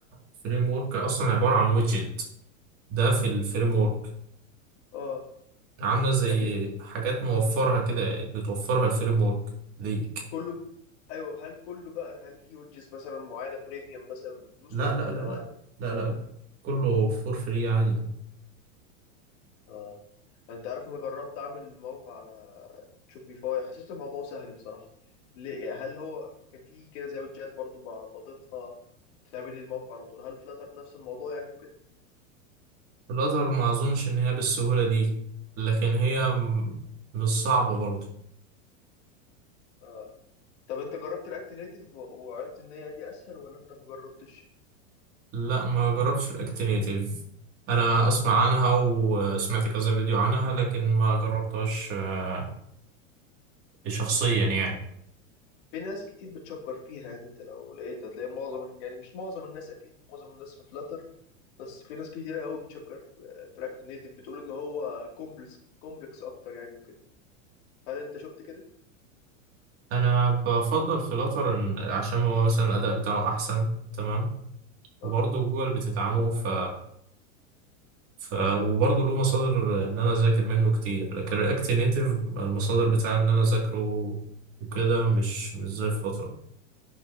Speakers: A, on the right; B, on the left.
A: فريم ورك أصلا عبارة عن ويدجت ده في الفريم ورك
B: اه
A: عاملة زي
B: لكن
A: حاجات موفرها كده بتوفرها الفريم ورك ليك
B: كله ب... ايوه هل كله بقى هل في وجز مثلا معينة بريميوم مثلا بفلوس
A: لا
B: ولا
A: لا
B: كله
A: لا لا
B: عادي
A: لا لا كله فور فري عادي
B: اه انت عارف انا جربت اعمل موقع على شوبيفاي حسيت الموضوع سهل بصراحة ليه هل هو كان فيه كده زي ويدجات برضو ب- بضيفها تعمل لي الموقع على طول هل فلاتر نفس الموضوع يعني وكده
A: في الأزهر ما أظنش إن هي بالسهولة دي لكن هي م- مش صعبة برضه
B: آه. طب انت جربت رياكت نيتيف وعرفت ان هي دي اسهل ولا انت ما جربتش
A: لا ما جربتش في الأكتينيتيف أنا أسمع عنها وسمعت كذا فيديو عنها لكن ما جربتهاش آه، شخصيا يعني
B: في ناس كتير بتشكر فيها يعني انت لو لقيت هتلاقي معظم يعني مش معظم الناس اكيد معظم الناس في فلاتر بس في ناس كتيرة قوي بتشكر آه، في رياكت نيتيف بتقول ان هو كومبلكس كومبلكس اكتر يعني وكده هل انت شفت كده
A: أنا بفضل في الأطر إن- عشان هو مثلا الأداء بتاعه أحسن تمام
B: اه
A: وبرضه جوجل بتدعمه ف... ف... وبرضه له مصادر إن أنا أذاكر منه كتير لكن الأكتينيتيف المصادر بتاع إن أنا أذاكره وكده مش مش زي فلاتر